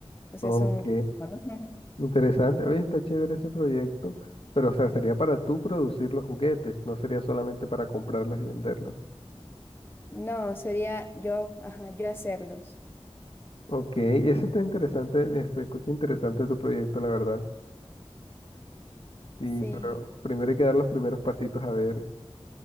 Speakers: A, on the left; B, on the left.
A: Pues
B: Ok,
A: es un trabajo, ¿no? <laughs>
B: interesante. Oye, está chévere ese proyecto, pero o sea, sería para tú producir los juguetes, no sería solamente para comprarlos y venderlos.
A: No, sería yo, ajá, yo hacerlos.
B: Ok, ese está interesante, eh, se escucha interesante tu proyecto, la verdad. Sí,
A: Sí.
B: pero primero hay que dar los primeros pasitos a ver